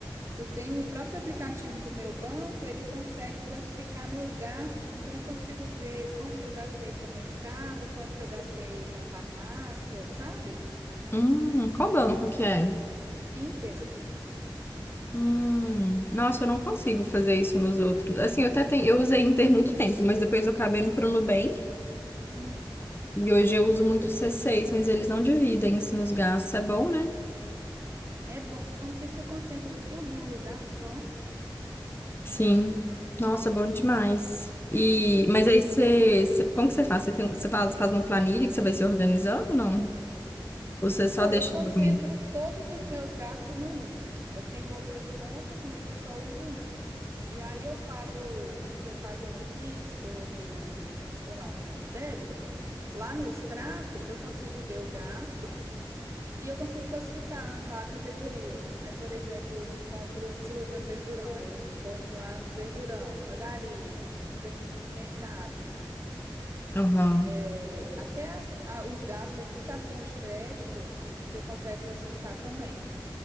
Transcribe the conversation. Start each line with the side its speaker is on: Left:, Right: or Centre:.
Right: Eu tenho o próprio aplicativo do meu banco, ele consegue classificar meus gastos, então eu consigo ver quanto que eu gastei com o mercado, quanto que eu gastei na farmácia, sabe?
Left: Hum, qual banco que é?
Right: Inter.
Left: Hum, nossa, eu não consigo fazer isso nos outros. Assim, eu até tenho, eu usei Inter muito tempo, mas depois eu acabei indo pro Nubank.
Right: Hum,
Left: E hoje eu uso muito o C6, mas eles não dividem, assim, os gastos. É bom, né?
Right: é bom porque você concentra tudo em um lugar só.
Left: Sim. Nossa, bom demais. E,
Right: É.
Left: mas aí você, você- como que você faz? Você tem, você faz, faz uma planilha que você vai se organizando ou não? Ou você
Right: Então,
Left: só deixa
Right: eu concentro
Left: lá mesmo?
Right: todos os meus gastos no Inter. Eu tenho outras contas, mas eu só uso o Inter. E aí eu pago, se eu pago no Pix ou no, sei lá, no débito, lá no extrato eu consigo ver o gasto e eu consigo classificar lá a categoria. Aí, por exemplo, eu compro fruta no verdurão, aí eu ponho lá verdurão, padaria, supermercado.
Left: Aham.
Right: É, até as- a- os gastos do cartão de crédito você consegue classificar também.